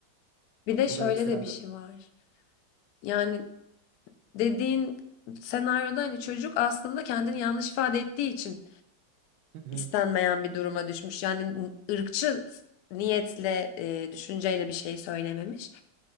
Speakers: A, on the left; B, on the right.
A: Bir de
B: Bu
A: şöyle
B: da ekstrem
A: de bir
B: bir...
A: şey var. Yani dediğin senaryoda hani çocuk aslında kendini yanlış ifade ettiği için
B: Hı hı,
A: istenmeyen bir duruma düşmüş. Yani ırkçı niyetle, e, düşünceyle bir şey söylememiş.